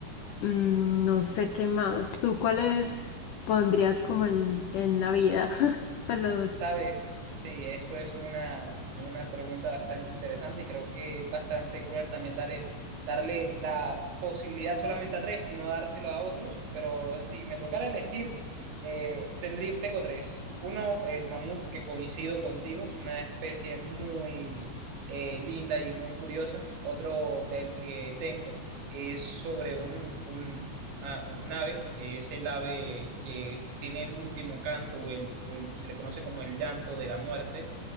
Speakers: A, on the left; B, on the right.
A: Mm, no sé qué más. ¿Tú cuáles pondrías como en, en la vida? <laughs> Pues los,
B: Sabes, sí, eso es una, una pregunta bastante interesante y creo que es bastante cruel también darle, darle la posibilidad solamente a tres y no dárselo a otros, pero si me tocara elegir, eh, tendría, tengo tres. Uno, el mamut, que coincido contigo, es una especie muy eh, linda y muy curiosa. Otro del que tengo es sobre un, un Ah, un ave es el ave que tiene el último canto o, el, o el- se le conoce como el llanto de la muerte.